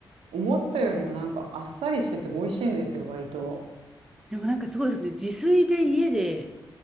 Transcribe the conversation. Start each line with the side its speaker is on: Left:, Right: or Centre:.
Right: 思ったよりもなんかあっさりしてて美味しいんですよ、割と。
Centre: でもなんかすごいですね。自炊で家で